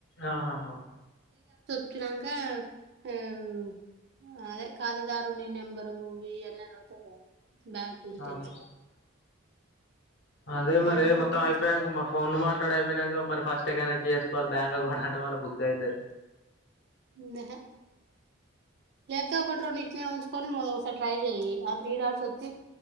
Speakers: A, on the left; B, on the right.
A: ఆహ హ
B: ఈ డొంక ఉమ్ అదే ఖాతాదారుని నెంబరు ఈ యన్న బ్యాంక్ డీటెయిల్స్
A: అవును అదే మరె
B: అవి కొట్టింది
A: మొత్తం అయిపోయాక ఫోన్ మాట్లాడి అయిపోయినాక మరి ఫస్ట్ కనెక్ట్ చేసుకోవాలి బ్యాంక్ అకౌంట్ అంటె మల్లి బుక్ అవుతుంది
B: నేహె లే కాకు ఒకటి రెండి ఇట్నే ఉంచుకొని ఒకసారి ట్రై చెయి త్రీ డర్స్ వచ్చ